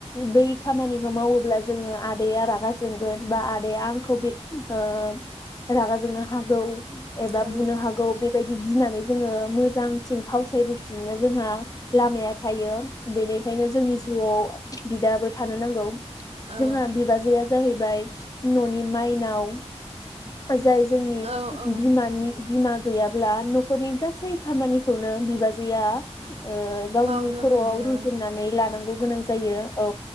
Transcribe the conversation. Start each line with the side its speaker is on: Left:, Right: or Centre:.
Left: बै खामानिखौ मावोब्ला जोङो आदैया रागा जोंगोन बा आदैया आंखौ बे ओ रागा जोंनो हागौ। एबा
Right: औ
Left: बुनो हागौ बे। गिनानै जोङो मोजांथिं फावसायबोफिननो जोंहा लामाया थायो। बेनिखायनो जोंनि जिउआव। बिदाबो थानो नांगौ
Right: औ
Left: जोंहा बिबाजैया जाहैबाय ननि माइनाव जाय जोंनि
Right: औ औ
Left: बिमानि बिमा गैयाब्ला नखरनि गासै खामानिखौनो बिबाजैआ ओ गावनि
Right: मावनो
Left: खरआव
Right: हायो
Left: रुजुननानै लानांगौ गोनां जायो औ